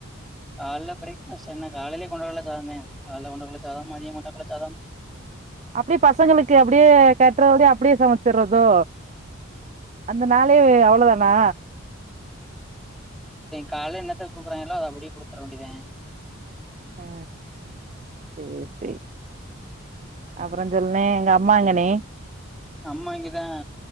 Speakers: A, in the centre; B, on the right (about 35°).
A: காலைல பிரக்ஃபாஸ்ட் என்ன காலிலே கொண்டக்கள்ள சாதம்ந்தே. காலைல கொண்டக்கள்ள சாதம் மதியம் கொண்டக்கள்ள சாதம்.
B: அப்படியே பசங்களுக்கு அப்படியே கட்டுறபடி அப்படியே சமைச்சிடுறதோ. அந்த நாளே அவ்வளவுதானா.
A: கால என்னத்த கொடுக்குறாங்க எல்லா அத அப்படியே கொடுத்துர வேண்டியதே.
B: ஆ சேரி சேரி அப்புறோ சொல்லுனே எங்க அம்மா எங்கனே.
A: அம்மா இங்கதா